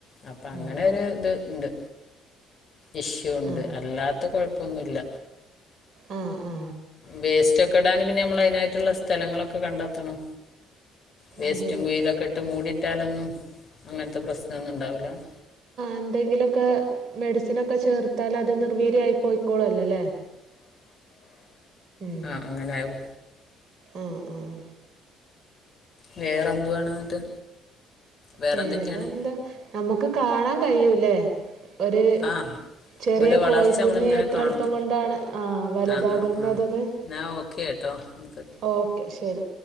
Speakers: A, on the left; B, on the right.
A: അപ്പൊ അങ്ങനൊരു
B: ഉം
A: ഇത് ഇണ്ട് ഇഷ്യു ഉണ്ട്
B: ആ
A: അല്ലാത്ത കൊഴപ്പൊന്നുല്ല
B: ആ ആ
A: വേസ്റ്റ് ഒക്കെ ഇടാനും പിന്നെ നമ്മള് അതിനായിട്ടുള്ള സ്ഥലങ്ങളൊക്കെ കണ്ടെത്തണം വേസ്റ്റും
B: അതെ
A: കുയിലൊക്കെ ഇട്ട് മൂടിട്ടാലൊന്നും അങ്ങനത്തെ പ്രശ്നം ഒന്നും ഉണ്ടാവില്ലന്നു
B: എന്തെങ്കിലുക്കെ മെഡിസിനൊക്കെ ചേർത്താല് അത് നിർവീര്യവായി പോയിക്കോളും അല്ലോ അല്ലേ ഉം
A: ആഹ് അങ്ങനാവും
B: ആ ആ
A: വേറെ എന്തുവാണ് എന്നിട്ട് വേറെന്തൊക്കെയാണ്
B: വേറെന്താ നമുക്ക് കാണാൻ കഴിയൂല്ലേ ഒരു
A: ആ
B: ചെറിയ
A: ഓലെ വളർച്ച
B: കോഴിക്കുഞ്ഞ്
A: നമ്മളിങ്ങനെ
B: എത്ര
A: കാണും
B: എളുപ്പം കൊണ്ടാണ് ആ വലുതാകുന്നതെന്ന്
A: ആ ആ ആ എന്നാൽ ഓക്കെ <unintelligible>
B: ഓക്കെ ശരി